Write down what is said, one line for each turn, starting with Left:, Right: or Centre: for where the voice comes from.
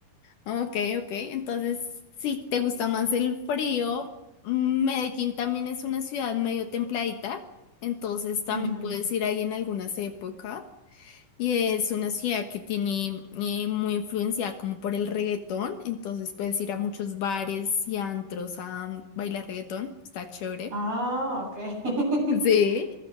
Left: Ok, ok. Entonces, si te gusta más el frío, mm, Medellín también es una ciudad medio templadita, entonces también
Right: Ujú.
Left: puedes ir ahí en algunas épocas. Y es una ciudad que tiene eh, muy influenciada como por el reggaetón, entonces puedes ir a muchos bares y antros a mm, bailar reggaetón, está chévere.
Right: Ah, ok. <laughs>
Left: <laughs> Sí,